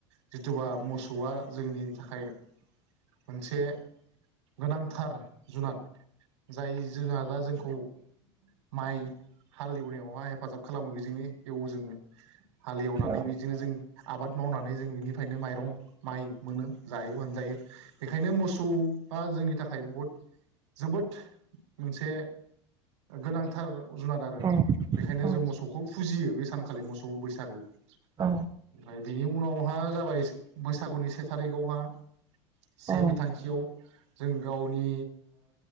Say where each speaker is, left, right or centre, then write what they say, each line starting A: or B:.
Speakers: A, on the right; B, on the right.
A: जिथुबा मोसौआ जोंनि थाखाय मोनसे गोनां थार जुनाद जाय जुनादा जोंखौ माइ हालेव नायावहााय हेफाजाब खालामो बेजोंनो एवो जोङो। हालेवनानै
B: औ
A: बिदिनो जों आबाद मावनानै जों बिनिफ्रायनो माइरं -माइ मोनो। जायो मोनजायो बेखायनो मोसौआ जोंनि थाखाय बहुद जोबोद मोनसे गोनांथ -थार जुनाद आरो
B: उम
A: बेखायनो
B: उम
A: जों मोसौखौ फुजियो। बे सानखालि मोसौ बैसागु ओमफ्राय
B: औ
A: बिनि उ उनावहा जाबाय बैसागुनि सेथा -दहा से
B: औ
A: बिथांखियाव जों गावनि